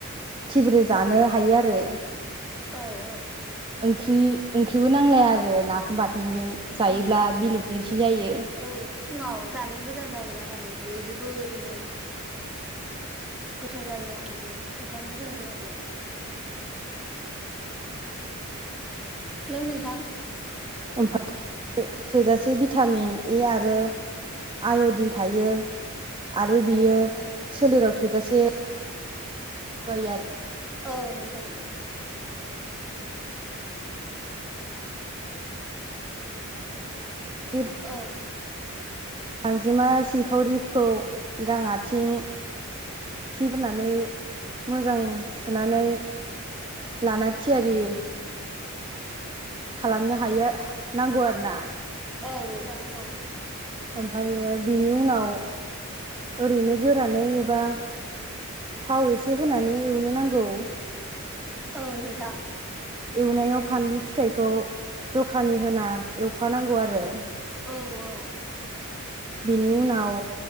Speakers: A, on the right; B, in the centre.
A: थिब्रे जानो हायो आरो।
B: औ औ
A: ओंख्रि ओंख्रिबो नांलाया आरो नाफाम बाथोनजों। जायोब्ला
B: उम
A: मिलुदोनसिन जायो
B: औ फुङाव जानो मोजां जायोना माने बियो जोबोरैनो। गोथाव जायो आरो माने ओंखाम गुदुं गुदुंजों हेलौ नोंथां
A: ओमफा <inaudible> थोजासे भिटामिन ए आरो आयदिन थायो आरो बियो
B: औ
A: सोलेराव थोजासे गय आरो
B: औ नोंथां
A: दिब
B: औ
A: गांजिमा सिंखावरिखौ गां आथिं खिगारनानै मोजां सुनानै लाना थियारि खालामनो हायो नांगौ आरो ना
B: औ नोंथां औ
A: आमफ्रायो बेनि उनाव ओरैनो गोरानै एबा थाव एसे होनानै एवनो नांगौ
B: औ नोंथां
A: एवनायाव फानलु फिथाइखौ जखानि होना एवफानांगौ आरो
B: औ औ
A: बिनि उनाव